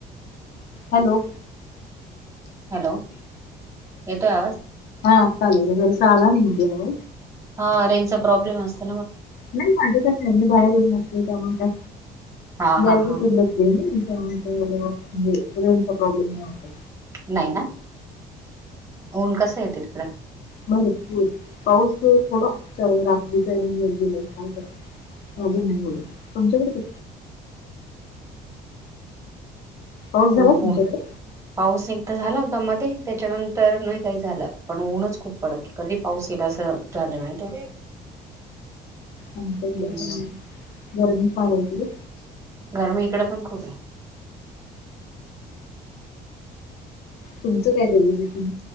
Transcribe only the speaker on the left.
हॅलो.
आत्ता आला का जरासा आला नाही हा.
नाही माझ्या काी बाहेर येऊ नसले त्यामुळे का
गॅलरी
बसले ना. म्हणजेचा प्रॉब्लेम नाही होत.
बरं पाऊस थोडं. त्या रात्री का गेलाय काय कर अजून नाही बोल तुमच्याकडे
पाऊस
झाला तुमच्याकडे?
आमच्या इकडे
पण गरमी पण आहे इकडे
तुमचं काय दिलं.